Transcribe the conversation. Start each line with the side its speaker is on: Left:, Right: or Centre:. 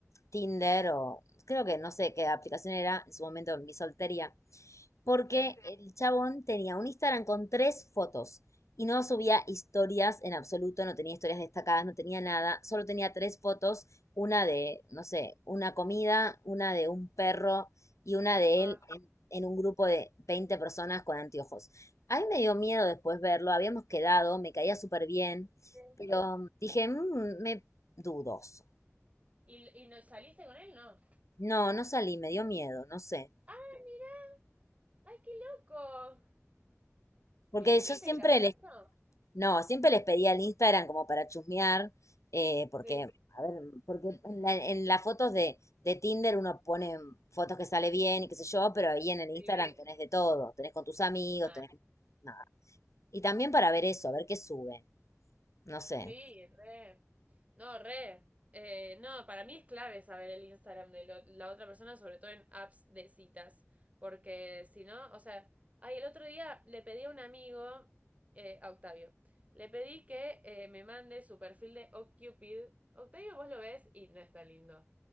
Left: Tinder o creo que no sé qué aplicación era en su momento en mi soltería, porque
Right: sí.
Left: el chabón tenía un Instagram con tres fotos y no subía historias en absoluto, no tenía historias destacadas, no tenía nada, solo tenía tres fotos una de, no sé, una comida, una de un perro y una de
Right: Ah.
Left: él en, en un grupo de 20 personas con anteojos. A mí me dio miedo después verlo, habíamos quedado, me caía súper bien,
Right: sí.
Left: pero mm, dije, "Mm, me dudoso.
Right: ¿Y, ¿Y no saliste con él? No.
Left: No, no salí, me dio miedo, no sé.
Right: ¡Ah, mira! ¡Ay, qué loco!
Left: Porque
Right: ¿Y le dijiste
Left: yo siempre
Right: que era por
Left: le
Right: eso?
Left: No, siempre les pedía el Instagram como para chusmear, eh, porque,
Right: Sí,
Left: a ver, porque en la- en las fotos de, de Tinder uno pone fotos que sale bien y qué sé yo, pero ahí en el
Right: sí,
Left: Instagram tenés de todo, tenés con tus amigos,
Right: mal.
Left: tenés nada. Y también para ver eso, a ver qué sube, no sé.
Right: Sí, re. No, re. Eh, no, para mí es clave saber el Instagram de lo- la otra persona, sobre todo en apps de citas, porque si no, o sea, ay, el otro día le pedí a un amigo, eh, a Octavio, le pedí que eh, me mande su perfil de OkCupid. Octavio, vos lo ves y no está lindo.